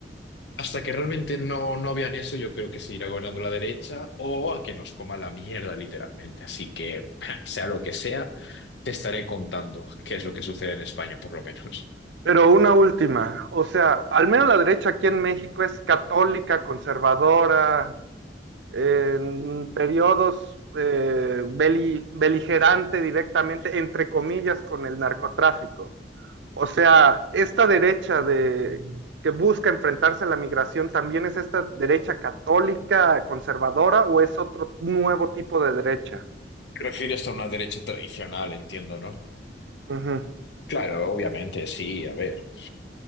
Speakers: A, on the left; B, on the right.
A: Hasta que realmente no, no vean eso, yo creo que se irá gobernando la derecha o a que nos coma la mierda, literalmente. Así que, <laughs> sea lo que sea, te estaré contando qué es lo que sucede en España, por lo menos. <laughs>
B: Pero una última, o sea, al menos la derecha aquí en México es católica, conservadora, en periodos eh, beli- beligerante directamente, entre comillas, con el narcotráfico. O sea, esta derecha de, que busca enfrentarse a la migración, ¿también es esta derecha católica, conservadora o es otro nuevo tipo de derecha?
A: Te Refieres a una derecha tradicional, entiendo, ¿no?
B: Ujú,
A: Claro, obviamente, sí, a ver.